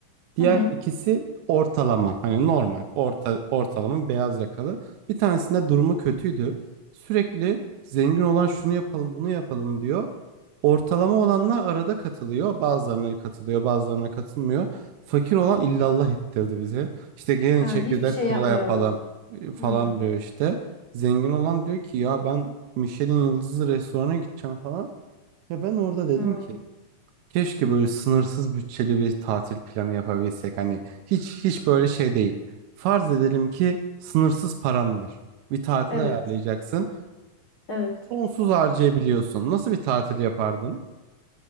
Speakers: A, on the right; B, on the left.
A: Diğer
B: hı hı.
A: ikisi ortalama hani normal orta ortalama beyaz yakalı. Bir tanesinde durumu kötüydü. Sürekli zengin olan şunu yapalım bunu yapalım diyor. Ortalama olanlar arada katılıyor. Bazılarına katılıyor, bazılarına katılmıyor. Fakir olan illallah ettirdi bize. İşte gelin
B: Ha,
A: çekirdek
B: hiçbir şey
A: kola
B: yapmayalım.
A: yapalım e, falan
B: Hı.
A: diyor işte. Zengin olan diyor ki ya ben Michelin yıldızlı restorana gideceğim falan. Ya ben orada dedim
B: Ha.
A: ki Keşke böyle sınırsız bütçeli bir tatil planı yapabilsek. Hani hiç hiç böyle şey değil. Farz edelim ki sınırsız paran var. Bir tatil
B: Evet.
A: ayarlayacaksın.
B: Evet.
A: Sonsuz harcayabiliyorsun. Nasıl bir tatil yapardın?